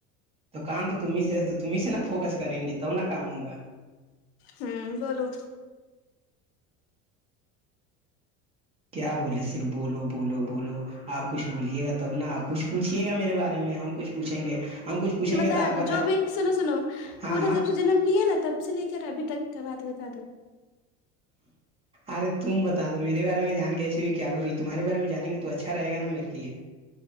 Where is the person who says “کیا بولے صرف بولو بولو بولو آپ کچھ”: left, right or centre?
Right